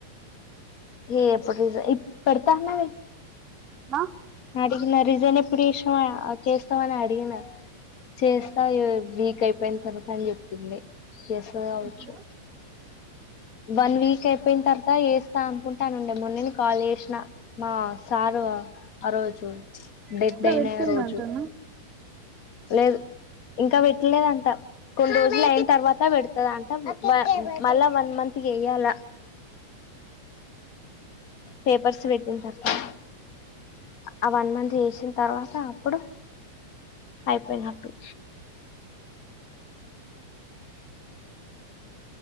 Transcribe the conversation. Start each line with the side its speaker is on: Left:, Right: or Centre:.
Left: హప్పుడు ఇ పడతాన్నా రే
Right: ఆ
Left: అ రిజన్ ఎప్పుడు చేసినవ్. చేస్తావఅని అడిగిన. చేస్తా క్ అయిపోయిన తర్వాత అని చెప్పింది చేస్తది కావచ్చు
Right: ఇప్పుడు
Left: వన్ వీక్ అయిపోయిన తర్వాత వెస్తా అనుకుంటానుండే మొన్నను కాల్ చేసిన మా సారు ఆ రోజు
Right: ఇప్పున్న
Left: డెడ్ అయిన
Right: వెట్ందంటనా
Left: రోజు లేదు ఇంకా పెట్టలేదంట కొన్ని రోజులు అయిన తర్వాత పెడతదంట మళ్ళా వన్ మంత్కి వెయ్యాల పేపర్స్ పెట్టిన తర్వాత ఆ వన్ మంత్ చేసిన తర్వాత అప్పుడు అయిపోయిన అప్పుడు